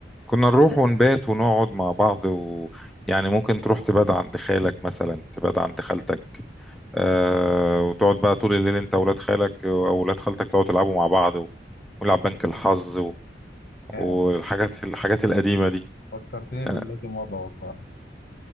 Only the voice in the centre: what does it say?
كنا نروح ونبات ونقعد مع بعض ويعني ممكن تروح تبات عند خالك مثلا تبات عند خالتك آه وتقعد بقى طول الليل انت وولاد خالك او ولاد خالتك تقعدوا تلعبوا مع بعض و- ونلعب بنك الحظ و-
والحاجات الحاجات القديمة دي
<laughs>